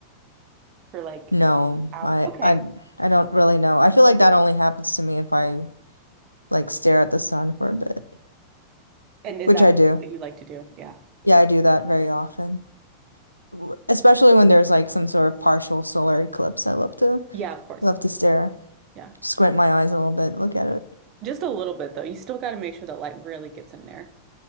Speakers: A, on the right; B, on the left.
A: for like
B: No,
A: out.
B: I
A: Okay.
B: I I don't really know. I feel like that only happens to me if I like stare at the sun for a bit,
A: And is
B: which
A: that
B: I do.
A: something that you like to do? Yeah.
B: Yeah, I do that very often. W- Especially when there's like some sort of partial solar eclipse. I love to
A: Yeah, of course.
B: love to stare,
A: Yeah.
B: squint my eyes a little bit, look at it.
A: Just a little bit though. You still got to make sure that light really gets in there.